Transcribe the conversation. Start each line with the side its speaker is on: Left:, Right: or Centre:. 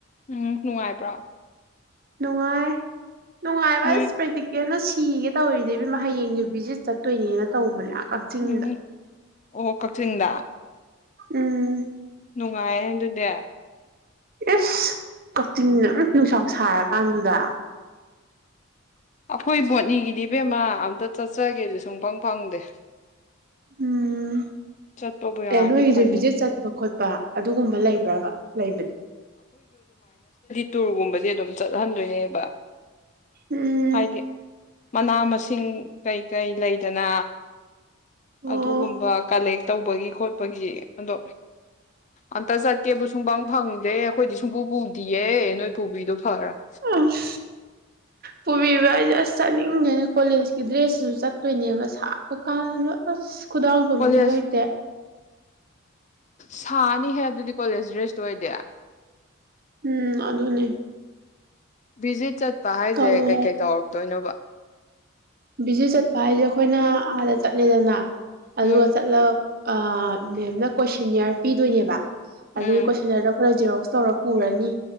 Left: ꯎꯝ ꯅꯨꯡꯉꯥꯏꯕ꯭ꯔꯣ
Right: ꯅꯨꯡꯉꯥꯏ ꯅꯨꯡꯉꯥꯏꯕ
Left: ꯅꯣꯏ
Right: ꯑꯁ ꯄ꯭ꯔꯦꯛꯇꯤꯀꯦꯜꯅ ꯁꯤ ꯁꯤꯒꯦ ꯇꯧꯔꯤꯅꯤ ꯏꯕꯦꯝꯃ ꯍꯌꯦꯡꯁ ꯚꯤꯖꯤꯠ ꯆꯠꯇꯣꯏꯅꯦꯅ ꯇꯧꯕꯅꯦ ꯀꯛꯆꯤꯡꯗ
Left: ꯎꯝ ꯑꯣ ꯀꯛꯆꯤꯡꯗ
Right: ꯎꯝ
Left: ꯅꯨꯡꯉꯥꯏꯌꯦ ꯑꯗꯨꯗꯤ
Right: ꯏꯁ ꯀꯛꯆꯤꯡꯗ ꯎꯃ ꯅꯨꯡꯁꯥ ꯁꯥꯔꯀꯥꯟꯗꯨꯗ
Left: ꯑꯩꯈꯣꯏ ꯕꯣꯠꯅꯤꯒꯤꯗꯤ ꯏꯕꯦꯝꯃ ꯑꯝꯇ ꯆꯠꯆꯒꯦꯗꯤ ꯁꯨꯡꯐꯪ ꯐꯪꯗꯦ
Right: ꯎꯝ
Left: ꯆꯠꯄꯕꯨ ꯌꯥꯔꯗꯤ
Right: ꯑꯦ ꯅꯣꯏꯁꯨ
Left: ꯐꯩꯌꯦ
Right: ꯕꯤꯖꯤꯠ ꯆꯠꯄ ꯈꯣꯠꯄ ꯑꯗꯨꯒꯨꯝꯕ ꯂꯩꯕ꯭ꯔꯥꯕ ꯂꯩꯕꯗꯤ
Left: ꯇꯨꯔꯒꯨꯝꯕꯁ ꯑꯗꯨꯝ ꯆꯠꯍꯟꯗꯣꯏꯅꯦꯕ
Right: ꯎꯝ
Left: ꯍꯥꯏꯗꯤ ꯃꯅꯥ ꯃꯁꯤꯡ ꯀꯩꯀꯩ ꯂꯩꯗꯅ
Right: ꯑꯣ
Left: ꯑꯗꯨꯒꯨꯝꯕ ꯀꯂꯦꯛ ꯇꯧꯕꯒꯤ ꯈꯣꯠꯄꯒꯤ ꯑꯗꯣ ꯑꯝꯇ ꯆꯠꯀꯦꯕꯨ ꯁꯨꯡꯄꯪ ꯐꯪ ꯗꯦ ꯑꯩꯈꯣꯏꯗꯤ ꯁꯨꯡꯄꯨ ꯄꯨꯗꯤꯌꯦ ꯅꯣꯏ ꯄꯨꯕꯤꯗꯣ ꯐꯔꯕꯅꯤ
Right: ꯑꯁ ꯄꯨꯕꯤꯕ ꯍꯥꯏꯁꯦ ꯑꯁ ꯆꯠꯅꯤꯡꯗꯦꯅ ꯀꯣꯂꯦꯖꯀꯤ ꯗ꯭ꯔꯦꯁꯁꯤꯁꯨ ꯆꯠ ꯇꯣꯏꯅꯦꯕ ꯁꯥꯔ ꯀꯥꯟꯗꯨꯗ ꯑꯁ ꯈꯨꯗꯥꯡ ꯑꯆꯣꯟꯕꯁꯨ
Left: ꯀꯣꯂꯦꯖ
Right: ꯂꯩꯇꯦ
Left: ꯁꯥꯅꯤꯍꯦ ꯑꯗꯨꯗꯤ ꯀꯣꯂꯦꯖ ꯗ꯭ꯔꯦꯁ ꯑꯣꯏꯗꯤ
Right: ꯎꯝ ꯑꯗꯨꯅꯦ
Left: ꯕꯤꯖꯤꯠ ꯆꯠ ꯆꯄꯥ ꯍꯥꯏꯁꯦ
Right: ꯇꯜꯂꯦ
Left: ꯀꯩ ꯀꯩ ꯇꯧꯔꯛꯇꯣꯏꯅꯣꯕ
Right: ꯕꯤꯖꯤ ꯆꯠꯄ ꯍꯥꯏꯁꯦ ꯑꯩꯈꯣꯏꯅ ꯑꯥꯗ ꯆꯠꯂꯦꯗꯅ ꯑꯗꯨꯒ
Left: ꯎꯝ
Right: ꯆꯠꯂꯒ ꯑꯥ ꯃꯦꯝꯅ ꯀꯣꯏꯁꯟꯌꯥꯔ ꯄꯤꯗꯣꯏꯅꯦꯕ ꯑꯗꯨꯗꯤ
Left: ꯎꯝ
Right: ꯀꯣꯏꯁꯟ ꯌꯔꯗꯣ ꯑꯩꯈꯣꯏꯅ ꯖꯦꯔꯣꯛꯁ ꯇꯧꯔꯛ ꯄꯨꯔꯅꯤ